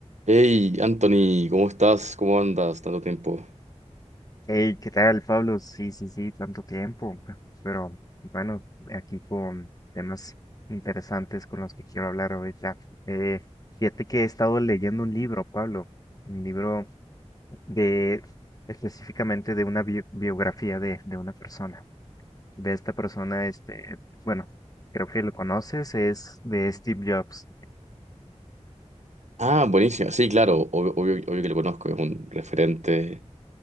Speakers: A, on the right; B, on the left.
A: Hey, Anthony, ¿cómo estás? ¿Cómo andas? Tanto tiempo.
B: Hey, ¿qué tal, Pablo? Sí, sí, sí, tanto tiempo. pe- Pero bueno, aquí con temas interesantes con los que quiero hablar ahorita. Eh, fíjate que he estado leyendo un libro, Pablo, un libro de específicamente de una bio- biografía de, de una persona. De esta persona, este, bueno, creo que lo conoces, es de Steve Jobs.
A: Ah, buenísimo. Sí, claro, obvio, obvio- obvio que lo conozco. Es un referente